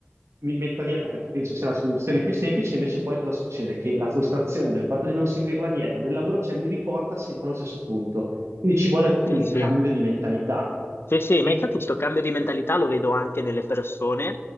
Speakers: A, on the right; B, on the left.
A: Mi metto a dieta perché penso sia la soluzione più semplice, invece poi cosa succede? Che la frustrazione del fatto di non seguire la dieta, del lavoro, cioè mi riporta sempre allo stesso punto. Quindi ci vuole proprio
B: Sì,
A: un
B: sì.
A: cambio di mentalità.
B: Sì, sì,
A: E
B: ma infatti questo cambio di mentalità lo vedo anche nelle persone,